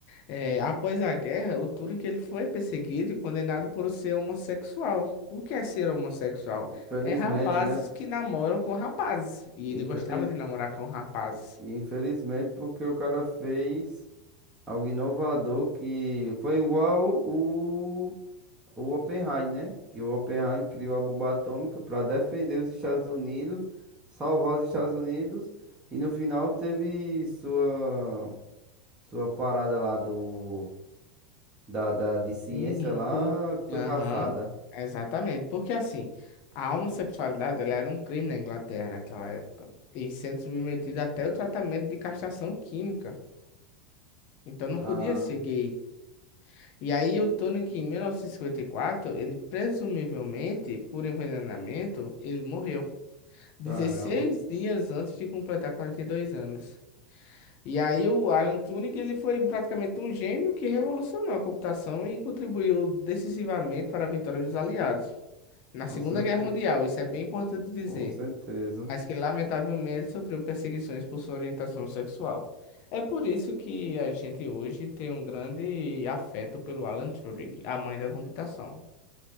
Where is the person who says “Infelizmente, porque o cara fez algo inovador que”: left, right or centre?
Right